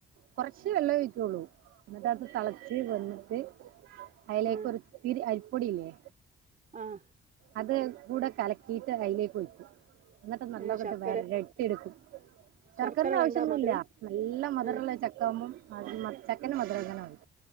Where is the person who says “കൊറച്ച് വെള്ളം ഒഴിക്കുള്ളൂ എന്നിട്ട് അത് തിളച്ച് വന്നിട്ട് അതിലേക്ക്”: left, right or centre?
Right